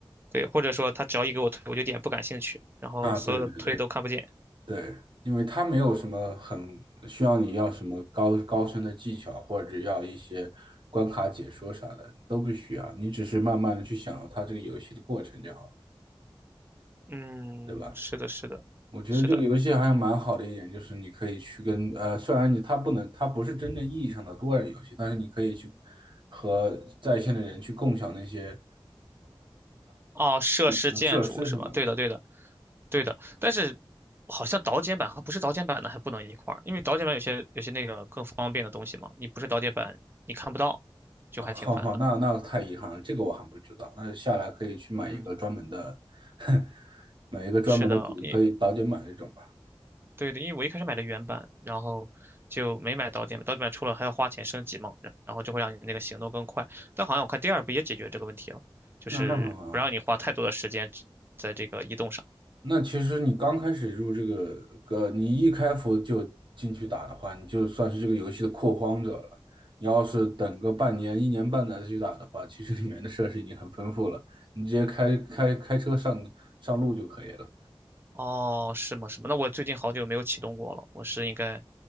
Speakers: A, on the right; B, on the right.
A: 对，或者说他只要一给我推，我就有点不感兴趣，然后所有的推都看不见。
B: 啊，对对对。对，因为它没有什么很需要你要什么高高深的技巧，或者要一些关卡解说啥的，都不需要。你只是慢慢的去享受它这个游戏的过程就好了，
A: 嗯，
B: 对吧？
A: 是的，是的，
B: 我觉得这个游戏好像蛮好的一点，
A: 是的。
B: 就是你可以去跟呃，虽然你它不能，它不是真正意义上的多人游戏，但是你可以去和在线的人去共享那些
A: 哦，设施建筑是吧？
B: 呃设施什么的。
A: 对的，对的，对的。但是好像导剪版和不是导剪版的还不能一块儿，因为导剪版有些有些那个更方便的东西嘛，你不是导剪版你看不到，就还挺烦的。
B: 哦，好好，那那太遗憾了，这个我还不知道。那下来可以去买一个专门的，
A: 嗯，
B: <laughs> 买一个专门的组，
A: 是的，因
B: 可以早点买这种吧。
A: 对的，因为我一开始买的原版，然后就没买导剪版，导剪版出了还要花钱升级嘛，然然后就会让你那个行动更快。但好像我看第二部也解决这个问题了，就是不让你花太多的时间只在这个移动上。
B: 那那很好。那其实你刚开始入这个，呃，你一开服就进去打的话，你就算是这个游戏的拓荒者了。你要是等个半年、一年半载再去打的话，其实里面的设施已经很丰富了，你直接开开开车上上路就可以了。
A: 哦，是吗？是吗？那我最近好久没有启动过了，我是应该